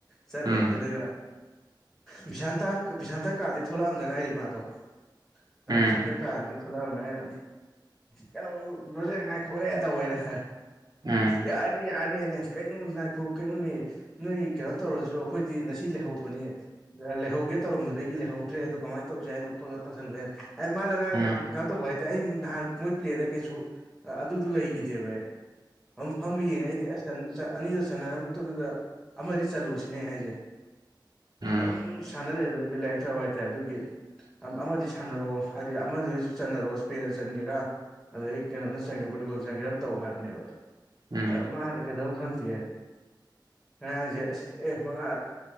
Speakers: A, in the centre; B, on the right.
A: ꯆꯠꯂꯦ
B: ꯎꯝ
A: ꯑꯗꯨꯒ ꯕꯤꯚꯤꯁꯁꯥꯟꯇ ꯕꯤꯚꯤꯁꯁꯥꯟꯇ ꯀꯥꯗꯒꯤꯩ ꯊꯣꯛꯂꯛꯑꯝꯗ ꯉꯥꯏꯔꯤ ꯃꯥꯗꯣ ꯕꯤꯚꯤꯁꯥꯟꯇ
B: ꯎꯝ
A: ꯀꯥꯗꯗꯤ ꯊꯣꯛꯂꯛꯑꯃ ꯑꯩꯅ ꯀꯩꯅꯣ ꯂꯣꯖꯦꯉꯥꯏ ꯈꯣꯠꯂꯛꯦ ꯇꯧꯩꯅ
B: ꯎꯝ
A: ꯌꯥꯅꯤ ꯌꯥꯅꯤꯅꯦ ꯀꯩꯅꯣ ꯅꯥꯈꯣ ꯀꯩꯅꯣꯅꯦ ꯅꯣꯏ ꯀꯩꯅꯣ ꯇꯧꯔꯁꯨ ꯑꯩꯈꯣꯏꯗꯤ ꯉꯁꯤ ꯂꯩꯍꯧꯕꯅꯤ ꯂꯩꯍꯧꯒꯦ ꯇꯧꯔꯝꯕꯗꯒꯤ ꯂꯩꯍꯧꯗ꯭ꯔꯦ ꯑꯣ ꯀꯃꯥꯏꯅ ꯇꯧꯁꯦ ꯍꯥꯏꯅꯣ ꯈꯣꯠꯂꯣ ꯇꯧꯁꯟꯕꯅ ꯑꯩ ꯃꯥꯅ ꯉꯔꯥꯡ
B: ꯎꯝ
A: ꯌꯥꯝ ꯀꯩꯅꯣ ꯇꯧꯕ ꯍꯥꯏꯇꯥꯔꯦ ꯑꯩ ꯅꯍꯥꯟ ꯃꯣꯏ ꯄ꯭ꯂꯦꯗ ꯀꯩꯁꯨ ꯑꯗꯨꯗꯨ ꯂꯩꯈꯤꯗꯦꯕ ꯑꯦ ꯑꯗꯨꯝ ꯐꯝꯕ ꯌꯦꯡꯉꯦ ꯑꯩꯗꯤ ꯑꯁ ꯑꯅꯤꯗꯨ ꯆꯅꯔꯃꯛꯇꯗꯨꯗ ꯑꯃꯗꯤ ꯆꯠꯂꯨꯁꯤꯅꯦ ꯍꯥꯏꯁꯦ
B: ꯎꯝ
A: ꯎ
B: ꯎꯝ
A: ꯁꯅ ꯂꯩꯗ ꯕ꯭ꯂ ꯋꯥꯏꯠ ꯑ ꯑꯗꯨꯒꯤ ꯑꯃꯗꯤ ꯁꯥꯟꯅꯔꯣ ꯍꯥꯏꯗꯤ ꯑꯃꯗꯨꯁꯨ ꯆꯟꯅꯔꯣ ꯏꯁꯄꯦꯟꯗ ꯆꯟꯒꯦꯔꯥ ꯑꯗꯩ ꯀꯩꯅꯣꯅ ꯆꯪꯒꯦ ꯄ꯭ꯔꯣꯇꯤꯒꯣꯜ ꯆꯪꯒꯦ ꯑꯃ ꯇꯧ ꯍꯥꯏꯕꯅꯦꯕ
B: ꯎꯝ
A: ꯃꯥ ꯍꯟꯗꯛ ꯀꯩꯗꯧ ꯈꯪꯗꯦ ꯉꯔꯥꯡꯁꯦ ꯑꯁ ꯑꯦ ꯃꯉꯥ